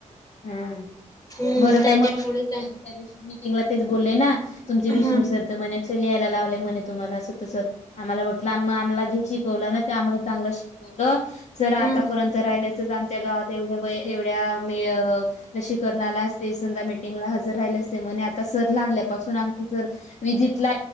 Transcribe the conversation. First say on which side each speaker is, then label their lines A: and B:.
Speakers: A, on the left; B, on the left.
A: हम्
B: हम्म
A: बरं
B: त्याच्यामुळे
A: काय म्ह
B: काय
A: त्या दिवशी मीटिंगला तेच बोलले ना तुमचे
B: हम्म
A: विष्णू सर तर म्हणे <unintelligible> आहेयला म्ह तुम्हाला अस तस आम्हालाट आम्हाला जे शिकवलं ना ते आम्हाला चांग शवलं, जर आतापर्यंत
B: हम्म
A: राहिल्याचच आमच्या गावात एवढ्या व एवढ्या लसीकर्नाला ते समजा मिटिंग हजर राहिले असते म्हणे सर लागल्या पासून आमची, व्हिजिट ला